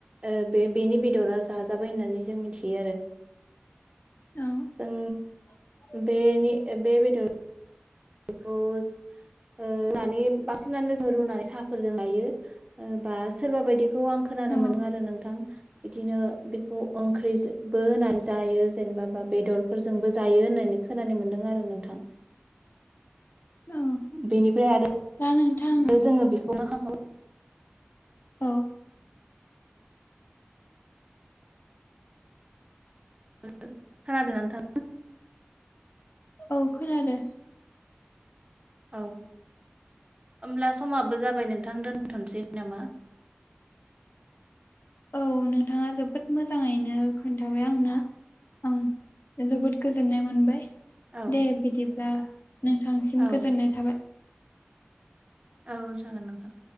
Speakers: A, on the right (about 25°); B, on the left (about 55°).
A: ओ बे बेनि बेदरा जाजाबाय होननानै जों मिथियो आरो
B: औ
A: जों
B: <unintelligible>
A: बेनि बे बेदर खौ ओ रुनानै बांसिनानो जों रुनानै साहाफोरजों लायो बा सोरबा बायदि खौ आं खोनानो
B: औ
A: मोन्दों आरो नोंथां बिदिनो बेखौ ओंख्रिबो होनानै जायो जेनेबा बा बेदरफोरजोंबो जायो होननानै खोनानो मोन्दों आरो नोंथां
B: औ
A: बेनिफ्राय आरो
B: दा नोंथां
A: आरो जोङो बेखौ ना खालामामबावो
B: औ
A: खोनादों ना नोंथां
B: औ खोनादों
A: औ होमब्ला समाबो जाबाय नोंथां दोनथ'नोसै नामा
B: औ नोंथाङा जोबोद मोजाङैनो खोन्थाबाय आंनो ओं जोबोद गोजोननाय मोनबाय
A: औ
B: दे बिदिब्ला नोंथांसिम
A: औ
B: गोजोननाय थाबाय
A: औ जागोन नोंथां